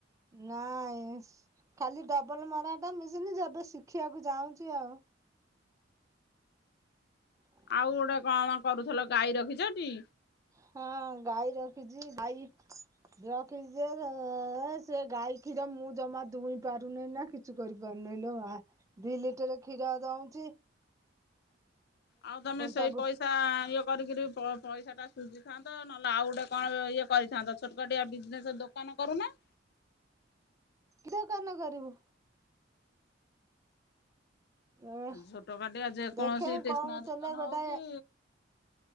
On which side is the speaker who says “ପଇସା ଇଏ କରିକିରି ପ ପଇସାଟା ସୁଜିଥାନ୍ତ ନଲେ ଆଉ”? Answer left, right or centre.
Left